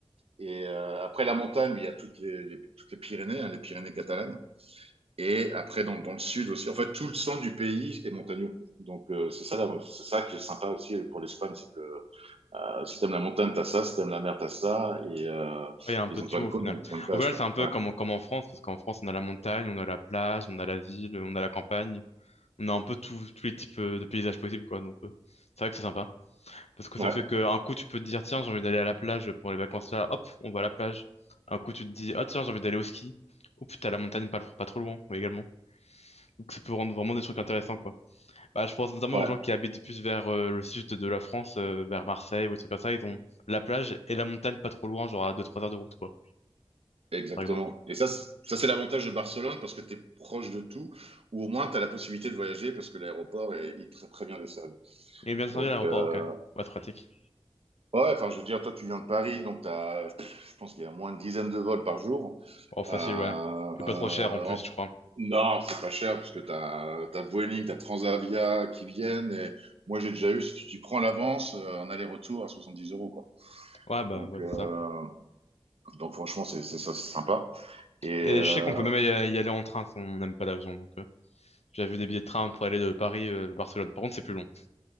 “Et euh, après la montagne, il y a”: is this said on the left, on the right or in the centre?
Right